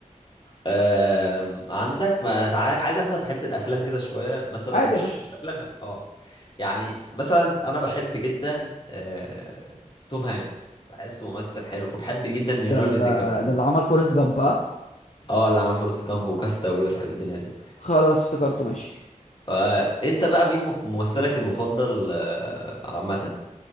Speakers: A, on the left; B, on the left.
A: آم، عندك ما تع- عايز اخد في حته الافلام كده شويه مثلا
B: عادي
A: مش
B: يا باشا
A: مش افلام اه يعني مثلا انا بحب جدا آه، توم هانكس بحسه ممثل حلو وبحب جدا ليوناردو
B: ده ال-
A: دي كابريو
B: ده اللي عمل فورست جامب ها
A: اه اللي عمل فورست جامب وكاستاوي والح- والدنيا دي
B: خلاص افتكرته ماشي
A: آه، انت بقى مين مف- ممثلك المفضل آه، عامه